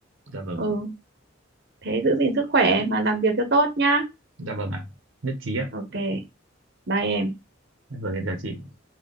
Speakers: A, on the right (about 80°); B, on the right (about 60°).
A: dạ vâng
B: ừ thế giữ gìn sức khỏe mà làm việc cho tốt nhá
A: dạ vâng ạ nhất trí ạ
B: ok bye em
A: dạ vâng em chào chị